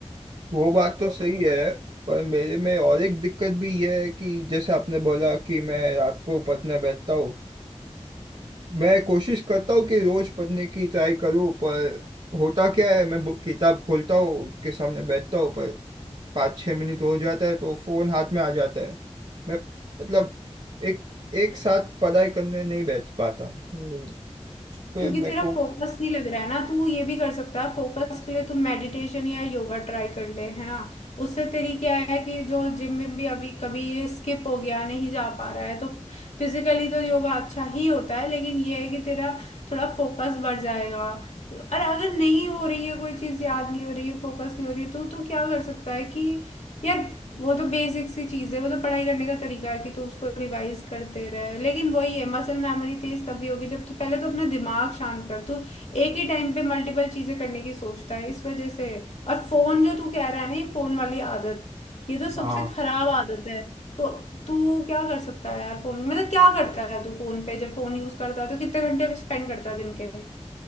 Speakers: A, on the right (about 55°); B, on the left (about 75°).
A: वो बात तो सही है पर मेरे में और एक दिक्कत भी यह है कि जैसे आपने बोला कि मैं रात को पढ़ने बैठता हूँ मैं कोशिश करता हूँ कि रोज पढ़ने की ट्राई करूँ पर होता क्या है मैं बुक किताब खोलता हूँ उसके सामने बैठता हूँ पर पाँच छः मिनट हो जाता है तो फोन हाथ में आ जाता है मैं मतलब एक एक साथ पढ़ाई करने नहीं बैठ पाता तो उस पे
B: क्योंकि
A: मेरे
B: तेरा
A: को
B: फोकस नहीं लग रहा है ना तू ये भी कर सकता है फोकस के लिए तू मेडिटेशन या योगा ट्राई कर ले है ना उससे तेरी क्या है कि जो जिम विम भी अभी कभी ये स्किप हो गया नहीं जा पा रहा है तो फिजिकली तो योगा अच्छा ही होता है लेकिन ये है कि तेरा थोड़ा फोकस बढ़ जाएगा और अगर नहीं हो रही है कोई चीज याद नहीं हो रही है फोकस नहीं हो रही है तो तो क्या कर सकता है कि यार वो तो बेसिक सी चीज है वो तो पढ़ाई करने का तरीका है कि तू उसको रिवाइज करते रहे लेकिन वही है मसल मेमोरी तेज तभी होगी जब तू पहले तो अपना दिमाग शांत कर तू एक ही टाइम पे मल्टीपल चीजें करने की सोचता है इस वजह से और फोन जो तू कह रहा है ना ये फोन वाली आदत ये तो सबसे
A: हाँ
B: खराब आदत है तो तू क्या कर सकता है यार फोन मतलब क्या करता है तू फोन पे जब फोन यूज करता है तो कितने घंटे स्पेंड करता है दिन के